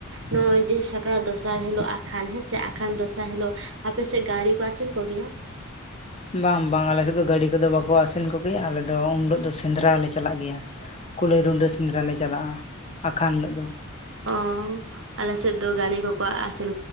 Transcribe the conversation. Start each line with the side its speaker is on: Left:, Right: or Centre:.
Right: ᱱᱚᱜᱼᱚᱭ ᱡᱮ ᱥᱟᱠᱨᱟᱛ ᱫᱚᱥᱟᱨ ᱦᱤᱞᱳᱜ ᱟᱠᱷᱟᱱ ᱦᱮᱸ ᱥᱮ ᱟᱠᱷᱟᱱ ᱫᱚᱥᱟᱨ ᱦᱤᱞᱳᱜ ᱟᱯᱮ ᱥᱮᱫ ᱜᱟᱲᱤ ᱠᱚ ᱟᱥᱮᱱ ᱠᱚ ᱜᱮᱭᱟ?
Left: ᱵᱟᱝ ᱵᱟᱝ ᱟᱞᱮ ᱥᱮᱫ ᱫᱚ ᱜᱟᱹᱲᱤ ᱠᱚᱫᱚ ᱵᱟᱠᱚ ᱟᱥᱮᱱ ᱠᱚ ᱜᱮᱭᱟ ᱟᱞᱮ ᱫᱚ ᱩᱱᱦᱤᱞᱳ ᱫᱚ ᱥᱮᱸᱫᱽᱨᱟ ᱞᱮ ᱪᱟᱞᱟᱜ ᱜᱮᱭᱟ᱾ ᱠᱩᱞᱟᱹᱭ, ᱨᱩᱺᱰᱟᱹ ᱥᱮᱸᱫᱽᱨᱟ ᱞᱮ ᱪᱟᱞᱟᱜᱼᱟ ᱟᱠᱷᱟᱱ ᱦᱤᱞᱳᱜ ᱫᱚ᱾
Right: ᱚ ᱟᱞᱮᱥᱮᱫ ᱫᱚ ᱜᱟᱲᱤ ᱠᱚᱠᱚ ᱟᱥᱮᱱ